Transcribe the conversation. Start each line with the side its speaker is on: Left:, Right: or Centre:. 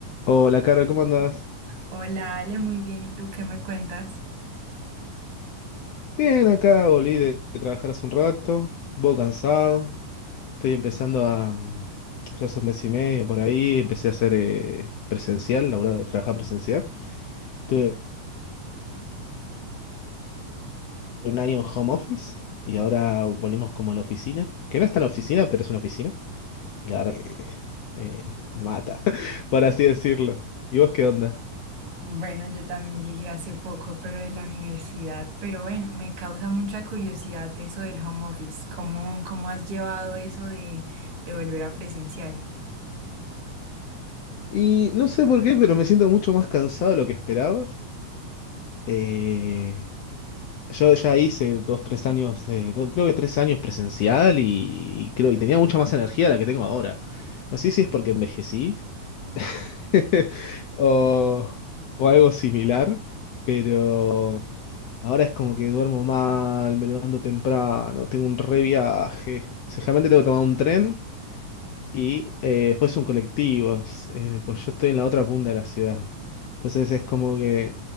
Left: Hola, Carol, ¿cómo andás?
Right: Hola Ale, muy bien. ¿Y tú qué me cuentas?
Left: Bien, acá volví de, de trabajar hace un rato, un cansado, estoy empezando a, mm, o sea, hace un mes y medio por ahí, empecé a hacer eh, presencial, laburar, de trabajar presencial. Estuve un año en home office y ahora volvimos como a la oficina, que no es tan oficina, pero es una oficina, y la verdad que eh, me mata, <laughs> por así decirlo. ¿Y vos qué onda?
Right: Bueno, yo también llegué hace poco, pero de la universidad. Pero bueno, me causa mucha curiosidad eso del home office. ¿Cómo, cómo has llevado eso de, de volver a presencial?
Left: Y no sé por qué, pero me siento mucho más cansado de lo que esperaba. Eh, Yo ya hice dos, tres años de, do- creo que tres años presencial y, y creo y tenía mucha más energía de la que tengo ahora. No sé si es porque envejecí <laughs> o, o algo similar, pero ahora es como que duermo mal, me levanto temprano, tengo un re viaje. Seguramente tengo que tomar un tren y eh, después un colectivo, es, eh, pues yo estoy en la otra punta de la ciudad. Entonces es como que